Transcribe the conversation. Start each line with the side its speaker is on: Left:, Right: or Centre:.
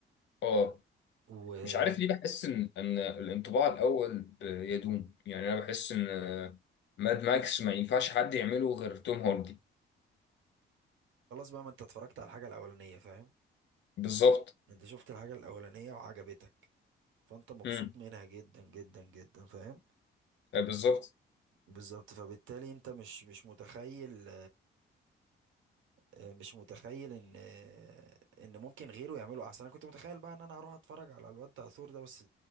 Left: اه
Right: وخلاص
Left: مش عارف ليه بحس ان ان الانطباع الاول ب- يدوم يعني انا بحس ان آه، ماد ماكس ما ينفعش حد يعمله غير توم هاردي
Right: بقى ما انت اتفرجت على الحاجه الاولانيه فاهم
Left: بالظبط
Right: انت شفت الحاجه الاولانيه وعجبتك فانت مبسوط
Left: امم
Right: منها جدا جدا جدا فاهم
Left: آه، بالظبط
Right: بالظبط فبالتالي انت مش مش متخيل آه، مش متخيل ان آه، ان ممكن غيره يعمله احسن انا كنت متخيل بقى ان انا هروح اتفرج على الواد ده عثور ده بس